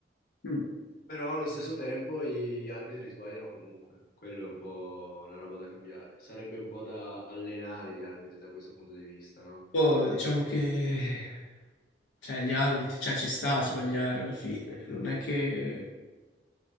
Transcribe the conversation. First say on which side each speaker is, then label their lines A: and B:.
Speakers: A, on the left; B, on the left.
A: Mm.
B: Però allo stesso tempo gli arbitri sbagliano comunque, quello è un po' una roba da cambiare. Sarebbe un po' da allenare gli arbitri da questo punto di vista, no?
A: Boh, diciamo che cioè, gli arbitri, cioè, ci sta a sbagliare alla fine, non è che